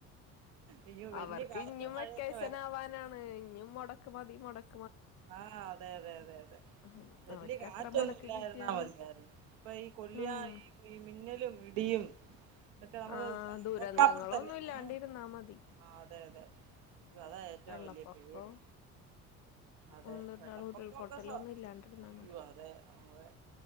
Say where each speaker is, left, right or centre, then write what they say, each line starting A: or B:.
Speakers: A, on the right (about 50°); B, on the left (about 40°).
A: അയ്യോ വല്യ
B: അവർക്ക്
A: കാറ്റും
B: ഇഞ്ഞും
A: മഴയൊക്കെ
B: വെക്കേഷൻ ആവാനാണ് ഇഞ്ഞും മൊടക്ക് മതി മൊടക്ക്
A: ആ അതെ അതെ അതെ അതെ
B: ഉം
A: വല്യ
B: അവർക്ക്
A: കാറ്റൊന്നും
B: എത്ര മുടക്ക്
A: ഇല്ലായിരുന്നാ
B: കിട്ടിയാലും
A: മതിയായിരുന്നു ഇപ്പൊ ഈ കൊല്ലിയ
B: ആഹ്
A: ഈ ഈ മിന്നലും ഇടിയും ഇതൊക്കെ നമുക്ക്
B: ആഹ് ദുരന്തങ്ങളൊന്നും
A: ഓർക്കപ്പുറത്ത് അല്ലേ
B: ഇല്ലാണ്ടിരുന്നാ
A: ആ
B: മതി
A: ആ അതെ അതെ അതാ ഏറ്റവും
B: വെള്ളപ്പൊക്കവും
A: വലിയ പേടി അതെ
B: എന്തുട്ടാണ്
A: വെള്ളപ്പൊക്കൊക്കെ
B: ഉരുൾപൊട്ടലും
A: സോ
B: ഒന്നും ഇല്ലാണ്ടിരുന്നാ
A: അയ്യോ
B: മതി
A: അതെ അതെ